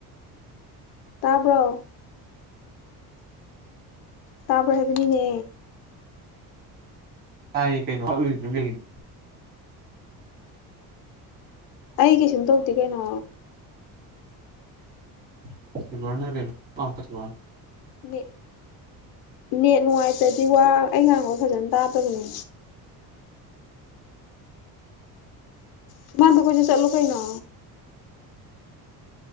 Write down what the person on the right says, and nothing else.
ꯇꯥꯏꯌꯦ ꯀꯩꯅꯣ <unintelligible>
<unintelligible>